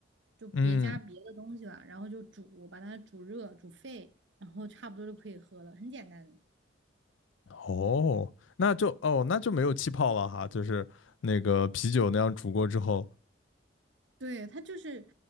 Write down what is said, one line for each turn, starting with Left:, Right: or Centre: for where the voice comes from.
Right: 就别加别的东西了，
Left: 嗯，
Right: 然后就煮，把它煮热，煮沸，然后差不多就可以喝了，很简单。
Left: 哦，那就哦，那就没有气泡了哈，就是那个啤酒那样煮过之后，
Right: 对，它就是